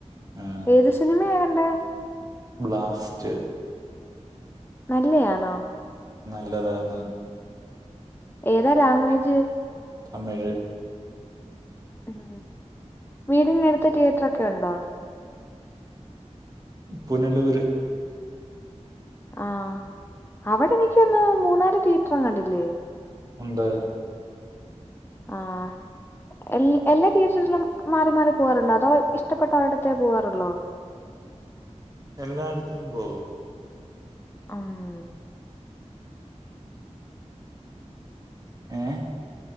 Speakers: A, on the right; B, on the left.
A: ആ
B: ഏത് സിനിമയാ കണ്ടെ
A: ബ്ലാസ്റ്റ്
B: നല്ലയാണോ
A: നല്ലതാണ്
B: ഏതാ ലാംഗ്വേജ്
A: തമിഴ്
B: ഉം വീടിനടുത്ത് തിയേറ്ററൊക്കെ ഉണ്ടോ
A: പുനലൂര്
B: ആഹ് അവിടെ എനിക്കന്ന് മൂന്നാല് തിയറ്ററും കണ്ടില്ലേ
A: ഉണ്ട്
B: ആഹ് എ എല്ലാ തിയേറ്ററിലും മാറി മാറി പോകാറുണ്ടോ അതോ ഇഷ്ടപ്പെട്ടൊരിടത്തേ പോവാറുള്ളോ
A: എല്ലായിടത്തും പോവും
B: ആഹ്
A: ഏഹ്